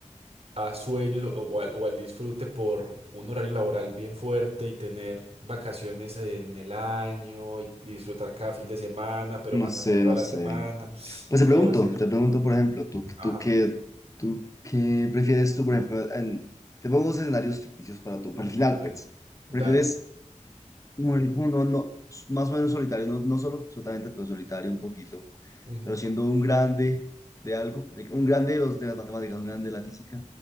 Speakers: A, on the right; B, on the left.
A: a, <laughs> a sueños o, o al, o al disfrute por un horario laboral bien fuerte y tener vacaciones en el año y disfrutar cada fin de semana, pero
B: no
A: matarme
B: sé,
A: toda
B: no
A: la
B: sé.
A: semana.
B: Pues
A: ¿Qué
B: te pregunto,
A: debo hacer?
B: te pregunto, por ejemplo, ¿tú,
A: Ajá,
B: tú qué, tú qué prefieres tú, por ejemplo, en- te pongo dos escenarios ficticios para tú, para el final,
A: dale,
B: pues.
A: dale.
B: ¿Prefieres morir como uno, no, más o menos solitario, no, no solo, solamente, pero solitario un poquito?
A: Ujú,
B: pero siendo un grande de algo, eh, un grande de, los, de las matemáticas, un grande de la física,